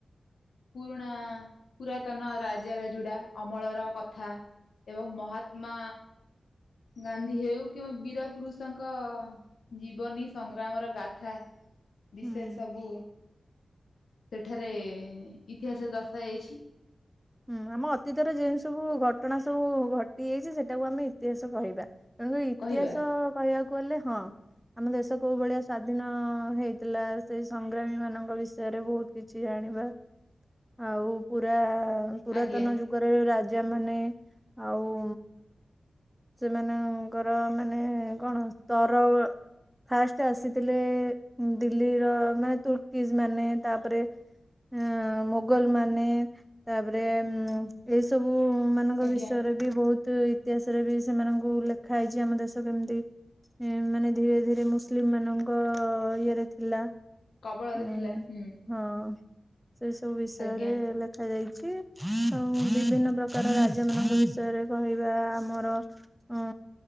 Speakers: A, on the left; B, in the centre.
A: ପୁରୁଣା ପୁରାତନ ରାଜା ରାଯୁଡା ଅମଳର କଥା। ଏବଂ ମହାତ୍ମା ଗାନ୍ଧୀ ହେଉ କିବା ବୀରା ପୁରୁଷ ଷଙ୍କ ଜୀବନୀ ସଂଗ୍ରାମର ଗାଥା ବିଷୟରେ
B: ହୁଁ
A: ସବୁ ସେଠାରେ ଇତିହାସରେ ଦର୍ସା ଯାଇଛି।
B: ହୁଁ ଆମ ଅତୀତରେ ଯେଉଁ ସବୁ ଘଟଣା ସବୁ ଘଟିଯାଇଛି ସେଟାକୁ ଆମେ ଇତିହାସ କହିବା। କାରଣ ଇତିହାସ
A: କହିବା
B: କହିବାକୁ ଗଲେ ହଁ। ଆମ ଦେଶ କୋଉ ଭଳିଆ ସ୍ଵାଧୀନ ହେଇଥିଲା ସେଇ ସଂଗ୍ରାମୀ ମାନଙ୍କ ବିଷୟରେ ବହୁତ କିଛି ଜାଣିବା ଆଉ ପୁରା ପୁରାତନ
A: ଆଜ୍ଞା
B: ଯୁଗରେ ରାଜା ମାନେ ଆଉ ସେମାନଙ୍କର ମାନେ କଣ ସ୍ତର ଫାଷ୍ଟ ଆସିଥିଲେ ଦିଲ୍ଲୀର ମାନେ ତୁର୍କିଜ ମାନେ ତାପରେ ଅଁ ମୋଗଲ ମାନେ ତାପରେ ମୁଁ ଏଇ ସବୁ ମାନେ ମାନଙ୍କ
A: ଆଜ୍ଞା
B: ବିଷୟରେ ବି ବହୁତ ଇତିହାସରେ ବି ସେମାନଙ୍କୁ ଲେଖା ହେଇଛି ଆମ ଦେଶ କେମିତି ଏଁ ମାନେ ଧୀରେ ଧୀରେ ମୁସଲିମମାନଙ୍କ ଇଏରେ ଥିଲା।
A: କବଳରେ
B: ଉଁ
A: ଥିଲା ହୁଁ।
B: ହଁ ସେଇ ସବୁ ବିଷୟରେ
A: ଆଜ୍ଞା
B: ଲେ ଦେଖାଯାଇଛି ଆଉ ବିଭିନ୍ନ ପ୍ରକାର ରାଜ୍ୟମାନଙ୍କ ବିଷୟରେ କହିବା ଆମର ଉଁ।